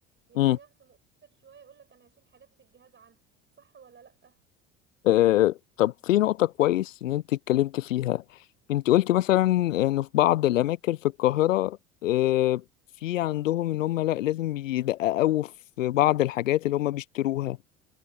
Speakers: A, on the right; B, on the left.
A: يلاقي
B: امم
A: نفسه مقصر شوية يقول لك انا هشيل حاجات في الجهاز عنها صح ولا لأ
B: آه، طب في نقطة كويس إن أنت اتكلمت فيها أنت قلت مثلا إن في بعض الأماكن في القاهرة آه، في عندهم إن هم لأ لازم يدققوا في بعض الحاجات اللي هم بيشتروها